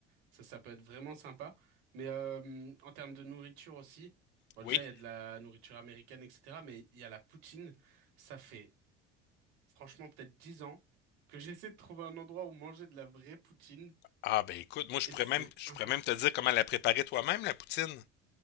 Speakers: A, on the right (about 75°); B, on the left (about 55°).
A: ça ça peut être vraiment sympa. Mais euh, en termes de nourriture aussi, bon
B: Oui.
A: déjà il y a de la nourriture américaine, etc. Mais il y a la poutine. Ça fait franchement peut-être 10 ans que <laughs> j'essaie de trouver un endroit où manger de la vraie poutine
B: Ah ben écoute, moi je
A: et
B: pourrais
A: c'est
B: même je
A: impossible.
B: pourrais même te dire comment la préparer toi-même, la poutine.